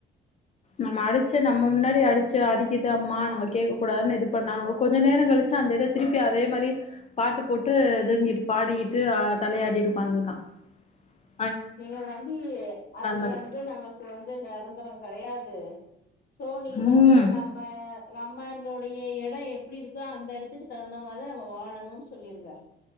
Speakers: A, on the left; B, on the left.
A: நம்ம அடிச்சு நம்ம முன்னாடி அடிச்சு அடிக்குது அம்மா நம்ம கேக்க கூடாதுன்னு இது பண்ணாலும் கொஞ்ச நேரம் கலிச்சி அந்த இத திருப்பி அதே மாரி பாட்டு போட்டு இதுங்கிட்டு பாடிட்டு ஆ தலையாடிட்டு உக்காந்துருக்கான்
B: நீங்க வந்து அது
A: மாரி
B: வந்து நமக்கு வந்து நெரந்தரம் கெடயாது து சோ நீ
A: ம்
B: வந்து நம்ம ரம்மனுடைய எடம் எப்டி இருக்கோ அந்த எடத்துக்கு தகுந்த மாதிரி நம்ம வாலணம்னு சொல்லிருங்க